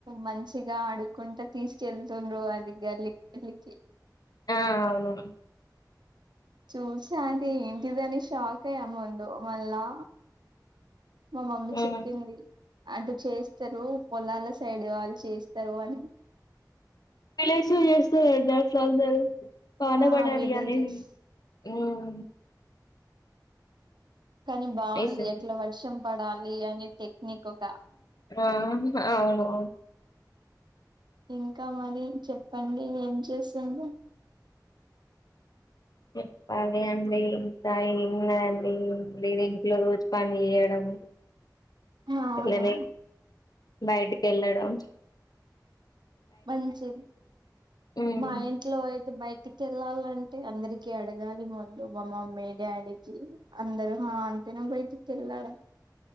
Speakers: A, on the right; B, on the left.
A: మంచిగా ఆడుకుంటా తీసుకెళ్తూర్రు అ అది గల్లి గల్లికి
B: ఆ అవును
A: చూసా అది ఏంటిదని షాక్ అయ్యా ముందు మళ్ళా మా మమ్మీ
B: మ్మ్
A: చెప్పింది అటు చేస్తరు పొలాల సైడ్ ఇగ వాళ్ చేస్తరు అని
B: విల్లెజ్ లో చేస్తరండి అట్ల అందరు వాన
A: ఆ
B: పడాలి
A: విలేజెస్
B: అనేది హ్మ్
A: కానీ బాగుంది
B: వేసింది
A: ఎట్లా వర్షం పడాలి అనే టెక్నిక్ ఒక
B: ఆ అవును
A: ఇంకా మరి చెప్పండి ఏం చేస్తుండ్రు
B: చెప్పాలి అండి ఇంకా ఏమున్నధి అండి ఉం లేదా ఇంట్లో రోజు పని చేయడం
A: అవును
B: ఇట్లనే బయట కేళ్ళడం
A: మంచిది
B: మ్మ్
A: మా ఇంట్లో అయితే బయటికి వెళ్ళాలంటే అంటే అందరికి అడగాలి ముందు మా మమ్మీ డాడీకి అందరూ ఆ అంటేనే బయటికి వెళ్ళడం